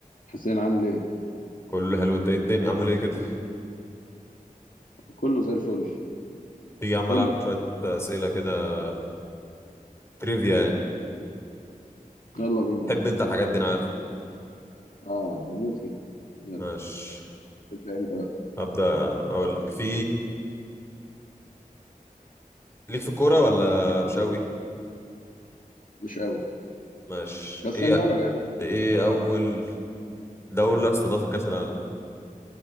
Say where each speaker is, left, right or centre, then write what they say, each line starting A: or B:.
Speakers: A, on the left; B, on the left.
A: حسين عامل ايه؟
B: كله حلو انت ايه الدنيا عامل ايه كده
A: كله زي الفل
B: تيجي يا عم
A: قول
B: العبك
A: لي
B: شويه اسئله كده تريفيا يعني
A: يلا بينا
B: تحب
A: انا زهقان
B: انت الحاجات
A: أصلاً.
B: دي انا عارف
A: اه بموت فيها يلا
B: ماشي
A: ابدأ انت بقى
B: هبدا اقول لك في ليك في الكوره ولا مش
A: إيه؟
B: قوي
A: مش قوي
B: ماشي
A: بس
B: ايه
A: هنجرب يعني اسأل
B: ايه اول دوله استضافت كاس العالم